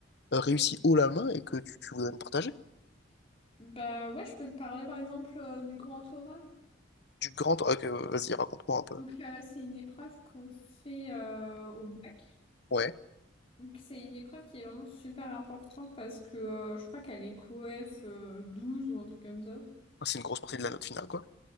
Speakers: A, on the left; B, on the left.
A: réussi haut la main et que tu, tu voudrais me partager?
B: Bah ouais, je peux te parler par exemple euh, du grand oral.
A: Du grand... Ok, vas-y, raconte-moi un peu.
B: Donc euh, c'est une épreuve qu'on fait euh, au bac.
A: Ouais,
B: Donc c'est une épreuve qui est vraiment super importante parce que euh, je crois qu'elle est COEF euh, 12 ou un truc comme ça.
A: Ah, c'est une grosse partie de la note finale, quoi.